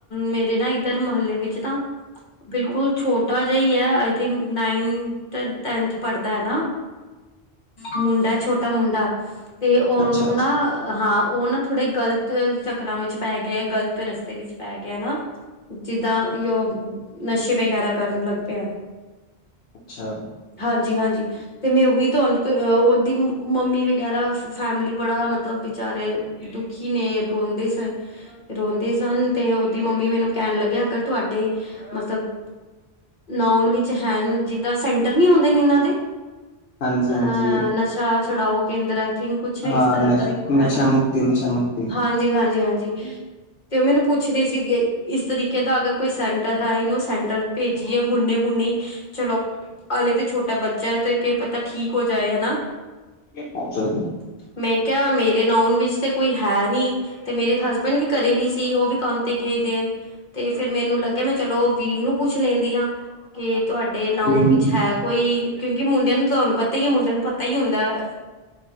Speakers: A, on the left; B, on the left.
A: ਮੇਰੇ ਨਾ ਇੱਧਰ ਮੋਹਲੇ ਵਿੱਚ ਨਾ ਬਿਲਕੁਲ ਛੋਟਾ ਜਾ ਹੀ ਹੈ ਆਈ ਥਿੰਕ ਨਾਈਨਥ ਟੈਥ ਪੜ੍ਹਦਾ ਹੈ ਨਾ। ਮੁੰਡਾ ਛੋਟਾ ਮੁੰਡਾ ਤੇ ਉਹਨੂੰ
B: ਅੱਛਾ ਅੱਛਾ
A: ਨਾ ਹਾਂ ਉਹ ਨਾ ਥੋੜੇ ਗ਼ਲਤ ਚੱਕਰਾਂ ਵਿੱਚ ਪੈ ਗਿਐ, ਗਲਤ ਰਸਤੇ ਵਿੱਚ ਪੈ ਗਿਆ ਨਾ। ਜਿੱਦਾਂ ਉਹ ਨਸ਼ੇ ਵਗੈਰਾ ਕਰਨ ਲੱਗ ਪਿਆ।
B: ਅੱਛਾ।
A: ਹਾਂਜੀ ਹਾਂਜੀ ਸ। ਤੇ ਮੈਂ ਉਹੀ ਤੁ ਉਹਦੀ ਮੰਮੀ ਵਗੈਰਾ ਫੈਮਲੀ ਬੜਾ ਮਤਲਬ ਬਾਰੇ ਦੁਖੀ ਨੇ ਰੋਂਦੇ ਸਨ ਅ। ਰੋਂਦੇ ਸਨ ਤੇ ਉਹਦੀ ਮੰਮੀ ਮੈਨੂੰ ਕਹਿਣ ਲੱਗਿਆ ਅਗਰ ਤੁਹਾਡੇ ਮਤਲਬ। ਨੋਨ ਵਿੱਚ ਹੈ। ਜਿਸ ਤਰ੍ਹਾਂ ਸੈਂਟਰ ਨੀ ਆਉਂਦੇ ਨੇ ਇਹਨਾਂ ਦੇ
B: ਹਾਂਜੀ
A: ਅ
B: ਹਾਂਜੀ
A: ਨਸ਼ਾ ਛੜਾਓ ਕੇਂਦਰ ਆਈ ਥਿੰਕ ਕੁਛ ਇਸ
B: ਹਾਂ
A: ਤਰ੍ਹਾਂ
B: ਨਸ਼
A: ਦਾ ਹੀ ਹੁੰਦਾ
B: ਨਸ਼ਾ
A: ਹ ਨਾ
B: ਮੁਕਤੀ ਨਸ਼ਾ ਮੁਕਤੀ
A: ਹਾਂਜੀ-ਹਾਂਜੀ-ਹਾਂਜੀ। ਤੇ ਉਹ ਮੈਨੂੰ ਪੁੱਛਦੀ ਸੀਗੇ ਇਸ ਤਰੀਕੇ ਦਾ ਅਗਰ ਕੋਈ ਸੈਂਟਰ ਹੈ ਇਹਨੂੰ ਸੈਂਟਰ। ਭੇਜੀਏ ਹੁਣੇੇ-ਹੁਣੀ ਚਲੋ ਹਾਲੇ ਤੇ ਛੋਟਾ ਬੱਚਾ ਹੈ ਤੇ। ਕਿ ਪਤਾ ਠੀਕ ਹੋ ਜਾਏ ਹਨਾ।
B: ਹੋ ਸਕਦਾ
A: ਮੈਂ ਕਿਹਾ ਮੇਰੇ ਨਾਊਨ ਵਿੱਚ ਤੇ ਕੋਈ ਹੈ ਨਹੀਂ। ਤੇ ਮੇਰੇ ਹਸਬੈਂਡ ਵੀ ਘਰੇ ਨੀ ਸੀ। ਉਹ ਵੀ ਕੰਮ ਤੇ ਗਏ ਦੇ ਤੇ ਫਿਰ ਮੈਨੂੰ ਲੱਗਿਆ ਮੈਂ ਚਲੋ ਵੀਰ ਨੂੰ ਪੁੱਛ ਲੈਂਦੀ ਆ। ਕੇ ਤੁਹਾਡੇ ਨਊਨ
B: ਕੋਈ
A: ਵਿੱਚ
B: ਨੀ
A: ਹੈ ਕੋਈ ਕਿਉਂਕਿ ਮੁੰਡਿਆਂ ਨੂੰ ਤੁਹਾਨੂੰ ਪਤਾ ਹੀ ਹੈ ਮੁੰਡਿਆਂ ਨੂੰ ਪਤਾ ਹੀ ਹੁੰਦਾ ਆ।